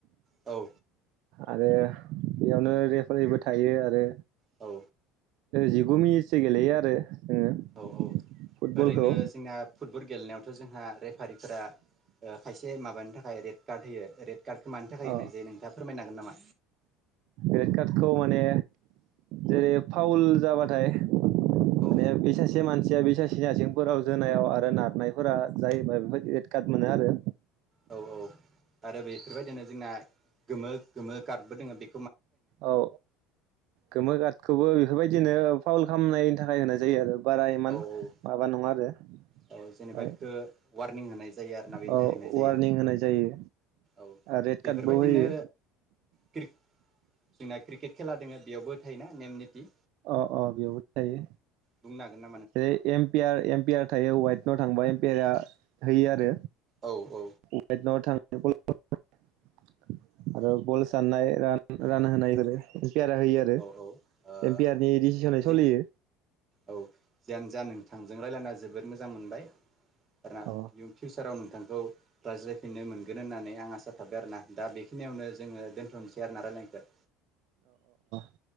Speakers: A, on the right (about 30°); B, on the right (about 65°).
A: औ
B: आरो बेयावनो रेफारिबो थायो आरो।
A: औ
B: जिगु मिनिटसो गेलेयो आरो जोङो
A: औ औ
B: फुटबलखौ
A: ओरैनो जोंनिया फुटबल गेलेनायावथ' जोंहा रेफारिफोरा ओ खायसे माबानि थाखाय रेड कार्ड होयो रेड कार्डखौ मानि थाखाय होनाय
B: औ
A: जायो नोंथाङा फोरमायनो हागोन नामा?
B: रेड कार्डखौ माने जेरै फाउल जाबाथाय माने
A: औ
B: बे सासे मानसिया बे सासे आथें आथें फोराव जोनायाव आरो नारनाय फोरा जायोबा बेबायदि रेड कार्ट मोनो आरो
A: औ औ आरो बेफोरबायदिनो जोंना गोमो गोमो कार्डबो दोङो बे
B: औ गोमो कादखौबो बेफोरबायदिनो फाउल खालामनायनि थाखाय होनाय जायो आरो बारा इमान
A: औ
B: माबा नङा आरो
A: औ
B: ओमफ्राय
A: जेनेबा गो वारनिं होनाय जायो आरो ना बेनि
B: औ
A: थाखाय होननाय जायो
B: वारनिं होनाय जायो
A: औ
B: रेड
A: बेफोरबायदिनो
B: कार्डबो होयो
A: फिर जोंना क्रिकेट खेला दोङो बेयावबो थायोना नेम निथि।
B: अ अ बेयावबो थायो।
A: बुंनो हागोन ना?
B: ओ एमपियार एमपियार थायो वाइद आव थांबा एमपियारा होयो आरो
A: औ औ
B: वाइदनाव थां <unintelligible> आरो बल साननाय रान रान होनायफोर इफोरो पियारा होयो आरो
A: औ औ ओ
B: एम्पियारनि डिसिसन
A: जे
B: सलियो
A: औ जियानो जा नोंथांजों रायज्लायना जोबोर मोजां मोनबाय आरोना
B: अ
A: इयुनफिउसाराव नोंथांखौ रायज्लायफिननो मोनगोन गोन होननानै आं आसा थाबाय आरो ना दा बेख बेखिनियावनो जोङो दोन्थ'नोसै आरो ना राय्लायनायखौ
B: आ